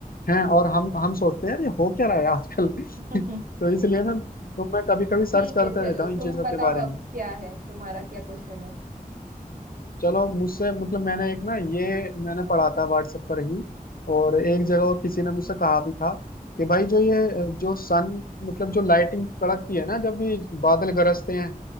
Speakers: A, on the left; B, on the right.
A: हैं और हम हम सोचते हैं यार ये हो क्या रहा है आजकल <laughs>
B: <laughs>
A: तो इसलिए ना तो मैं कभी कभी सर्च
B: ठीक
A: करते
B: है चलो
A: रहता हूँ इन
B: तुम
A: चीजों
B: बताओ
A: के बारे में
B: अब क्या है तुम्हारा क्या क्वेश्चन है
A: चलो मुझसे मतलब मैंने एक ना ये मैंने पढ़ा था व्हाट्सएप पर ही और एक जगह और किसी ने मुझसे कहा भी था कि भाई जो ये अ, जो सन मतलब जो लाइटिंग कड़कती है ना जब भी बादल गरजते हैं